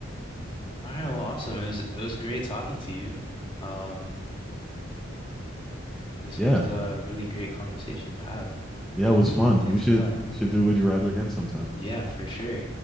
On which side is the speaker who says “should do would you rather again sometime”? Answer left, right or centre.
Centre